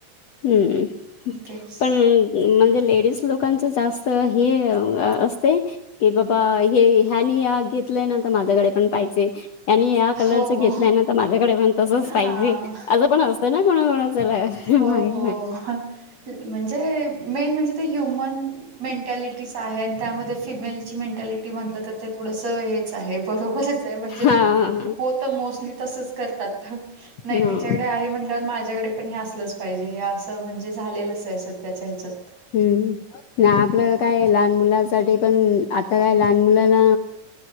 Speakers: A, on the left; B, on the right.
A: हम्म,
B: तेच
A: पण! म्हणजे लेडीज लोकांच जास्त हे असतय. की बाबा हे ह्यानी घेतलंय ना तर माझ्याकडे पण पाहिजे त्यांनी नीळ कलरच
B: हो
A: घेतल्यानंतर
B: हो
A: माझ्याकडे पण तस च पाहिजे
B: हा
A: आंस पण असतं ना कोणा कोणा चला
B: हो
A: माहित
B: हो म्हणजे मेन म्हणजे ते ह्युमन मेंटॅलिटीच आहे आणि त्यामध्ये फिमेलची मेंटॅलिटी म्हटल तर ते थोडस हेच आहे बरोबरच आहे
A: हा हा
B: हो तर मोस्टली तसच करतात नाही
A: ह.
B: तिच्याकडे आहे म्हणल्यावर माझ्याकडे पण हे असलच पाहिजे हे अस म्हणजे झालेलच आहे सध्याच्या हेच्यात
A: हम्म नाही आपल काय लहान मुलांसाठी पण आता काय लहान मुलाना